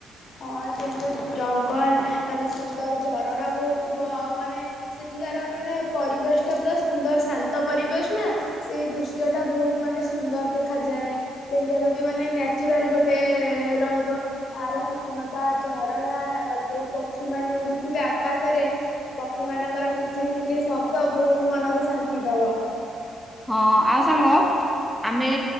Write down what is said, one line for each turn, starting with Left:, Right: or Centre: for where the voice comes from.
Left: ହଁ ସେଇ ଯଉ ଜଙ୍ଗଲ ମାନେ ସୁନ୍ଦର ଝରଣା ବହୁ ଥିବ ଆଉ ମାନେ ସେଠିକାର ମାନେ ପରିବେଶ ଟା ପୁରା ସୁନ୍ଦର ଶାନ୍ତ ପରିବେଶ ନା ସେଇ ଦୃଶ୍ୟ ଟା ବହୁତ ମାନେ ସୁନ୍ଦର ଦେଖାଯାଏ। ସେଇଟାର ବି ମାନେ ନ୍ୟାଚୁରାଲ ଗୋଟେ ରହିବ ତାର ଫ ଟ ନବା ଝରଣା ତାପରେ ଯୋଉ ପକ୍ଷୀ ମାନେ ଉଡୁଥିବେ ଆକାଶରେ ପକ୍ଷୀ ମାନଙ୍କର କିଚିରି ମିଚିରି ଶବ୍ଦ ବହୁତ ମନକୁ ଶାନ୍ତି ଦବ।
Centre: ହଁ ଆଉ ସାଙ୍ଗ ଆମେ